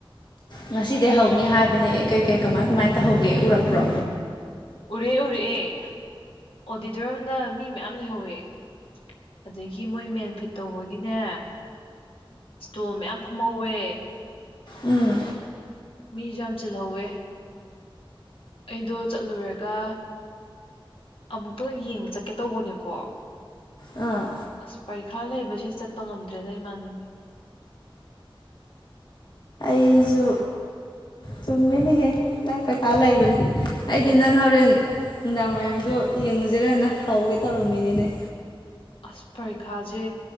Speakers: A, on the left; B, on the left.
A: ꯉꯁꯤꯗꯩ ꯍꯧꯅꯤ ꯍꯥꯏꯕꯅꯦ ꯀꯩꯀꯩ ꯀꯃꯥꯏ ꯀꯃꯥꯏꯅ ꯇꯧꯍꯧꯒꯦ ꯎꯔꯛꯄ꯭ꯔꯣ
B: ꯎꯔꯦ ꯎꯔꯛꯑꯦ ꯑꯣꯗꯤꯇꯣꯔꯤꯌꯝꯗ ꯃꯤ ꯃꯌꯥꯝ ꯂꯩꯍꯧꯋꯦ ꯑꯗꯒꯤ ꯃꯣꯏ ꯃꯦꯟꯐꯤꯠ ꯇꯧꯕꯒꯤꯅꯦ ꯏꯁꯇꯣꯜ ꯃꯌꯥꯝ ꯐꯝꯍꯧꯋꯦ
A: ꯎꯝ
B: ꯃꯤꯖꯨ ꯌꯥꯝ ꯆꯤꯜꯍꯧꯋꯦ ꯑꯩꯗꯣ ꯆꯠꯂꯨꯔꯒ ꯑꯃꯨꯛꯇꯪ ꯌꯦꯡꯕ ꯆꯠꯀꯦ ꯇꯧꯕꯅꯦꯕꯀꯣ
A: ꯑꯥ
B: ꯑꯁ ꯄꯔꯤꯈꯥ ꯂꯩꯕꯁꯤꯗꯤ ꯆꯠꯄ ꯉꯝꯗ꯭ꯔꯦꯗ ꯏꯃꯥꯟꯅꯕꯤ
A: ꯑꯩꯖꯨ ꯆꯨꯝꯃꯤꯅꯦꯍꯦ ꯅꯪ ꯄꯩꯈꯥ ꯂꯩꯕꯅꯦ ꯑꯩꯗꯤ ꯅꯪ ꯍꯣꯔꯦꯟ ꯅꯨꯡꯗꯥꯡ ꯋꯥꯏꯔꯝꯗꯣ ꯌꯦꯡꯉꯨꯁꯤꯔꯅ ꯍꯧꯒꯦ ꯇꯧꯔꯝꯃꯤꯅꯤꯅꯦ
B: ꯑꯁ ꯄꯔꯤꯈꯥꯖꯦ